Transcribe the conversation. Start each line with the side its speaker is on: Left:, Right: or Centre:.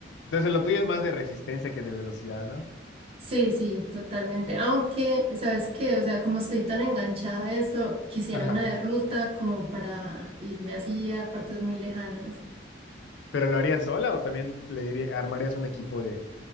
Left: Entonces lo tuyo es más de resistencia que de velocidad, ¿no?
Right: Sí, sí, totalmente. Aunque, ¿sabes qué? O sea, como estoy tan enganchada a eso, quisiera
Left: Ajá.
Right: una de ruta como para irme así a partes muy lejanas.
Left: ¿Pero lo harías sola o también le diría- armarías un equipo de,